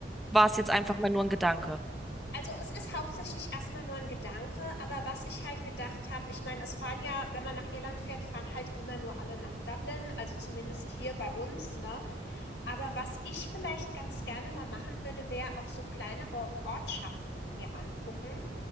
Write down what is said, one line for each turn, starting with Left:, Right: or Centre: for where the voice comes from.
Centre: war es jetzt einfach mal nur ein Gedanke?
Left: Also es ist hauptsächlich erstmal nur ein Gedanke, aber was ich halt gedacht habe, ich meine, es fahren ja, wenn man nach Irland fährt, fahren halt immer nur alle nach Dublin, also zumindest hier bei uns, ne? Aber was ich vielleicht ganz gerne mal machen würde, wäre auch so kleinere Ortschaften mir angucken.